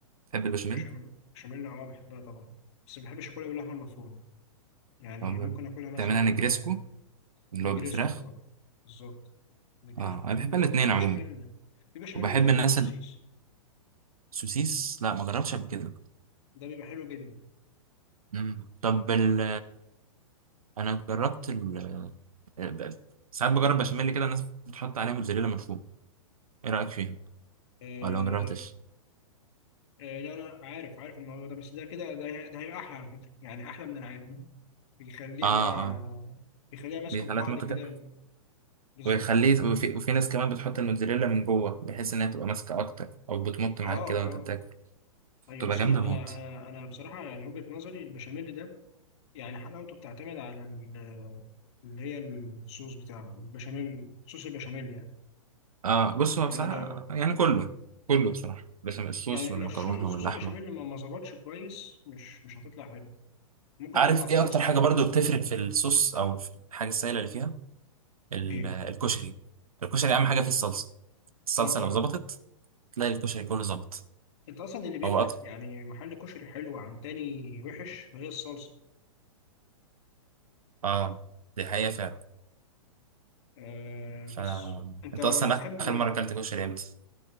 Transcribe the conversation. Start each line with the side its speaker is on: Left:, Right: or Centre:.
Right: بتحب البشاميل
Left: بشاميل بشاميل اه بحبها طبعا بس ما بحبش اكلها باللحمة المفرومة يعني
Right: عمرك
Left: ممكن اكلها مثلا
Right: بتعملها نجريسكو
Left: آه،
Right: اللي
Left: نجريسكو
Right: هو بالفراخ
Left: اه بالظبط نجريسكو
Right: اه انا بحب
Left: وبرضه
Right: الاثنين
Left: في بشاميل
Right: عموما
Left: في بشاميل
Right: وبحب
Left: بيتعمل
Right: الناس
Left: بالسوسيس
Right: السوسيس لا ما جربتش قبل كده
Left: ده بيبقى حلو جدا
Right: مم. طب ال انا جربت ال ب- ساعات بجرب بشاميل كده الناس بتحط عليه موتزاريلا من فوق ايه رايك فيها
Left: آه،
Right: ولا ما جربتش
Left: آه، لا لا عارف عارف الموضوع ده بس ده كده ده, هي- ده هيبقى احلى على فكره يعني احلى من العادي بيخليها
Right: اه اه
Left: بيخليها ماسكه
Right: دي
Left: في
Right: حالات
Left: بعض
Right: ممكن
Left: كده
Right: كده
Left: بالظبط
Right: ويخليه وفي, وفي ناس كمان بتحط الموتزاريلا من جوه بحيث انها تبقى ماسكه اكتر او بتمط معاك
Left: اه
Right: كده وانت
Left: اه
Right: بتاكل
Left: طيب
Right: تبقى
Left: بص
Right: جامده
Left: انا
Right: موت
Left: انا انا انا بصراحه يعني وجهه نظري البشاميل ده يعني حلاوته بتعتمد على ال- اللي هي الصوص بتاعه البشاميل صوص البشاميل يعني
Right: آه بص هو
Left: يعني
Right: بصراحة
Left: لو
Right: يعني كله كله بصراحة بس الصوص
Left: يعني
Right: والمكرونة
Left: لو شو- صوص
Right: واللحمة
Left: البشاميل ما ما ظبطش كويس مش مش هتطلع حلو ممكن
Right: عارف
Left: تطلع صيصه
Right: ايه اكتر حاجه برضو بتفرق في الصوص او في الحاجه السائله اللي فيها ال-
Left: ايه
Right: الكشري الكشري اهم حاجه فيه الصلصه الصلصه
Left: اه طبعا
Right: لو ظبطت تلاقي الكشري كله ظبط
Left: انت اصلا اللي بيفرق
Right: هو اكتر
Left: يعني محل كشري حلو عن تاني وحش هي الصلصه
Right: اه دي حقيقه فعلا
Left: آه
Right: ف
Left: بس انت
Right: انت اصلا
Left: بتحب
Right: اخر مره اكلت كشري امتى